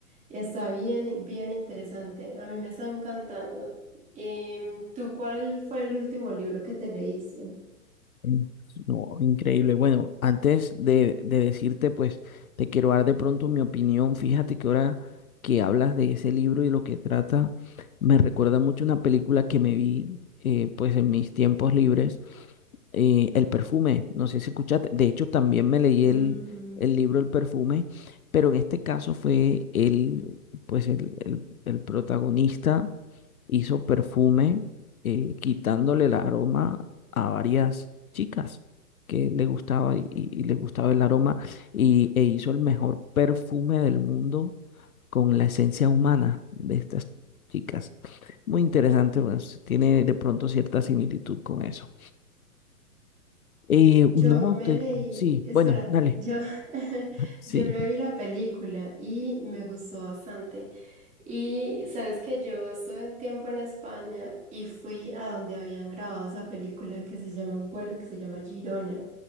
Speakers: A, on the right; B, on the left.
A: Y está bien, bien interesante. A mí me está encantando. Em, ¿tú cuál fue el último libro que te leíste?
B: Mm. No, increíble. Bueno, antes de, de decirte, pues te quiero dar de pronto mi opinión. Fíjate que ahora que hablas de ese libro y lo que trata, me recuerda mucho una película que me vi, eh, pues en mis tiempos libres, eh, El perfume. No sé si escuchaste. De hecho, también me leí
A: Ujú.
B: el, el libro El perfume, pero en este caso fue el, pues el, el el protagonista hizo perfume eh, quitándole el aroma a varias chicas que le gustaba y, y- y le gustaba el aroma y, e hizo el mejor perfume del mundo con la esencia humana de estas chicas. Muy interesante, bueno, s- tiene de pronto cierta similitud con eso. Eh, no,
A: Yo me
B: te,
A: leí,
B: sí,
A: espera,
B: bueno, dale,
A: yo, <laughs>
B: sí.
A: yo me vi la película y me gustó bastante. Y sabes que yo estuve un tiempo en España y fui a donde habían grabado esa película que se llama un pueblo que se llama Girona.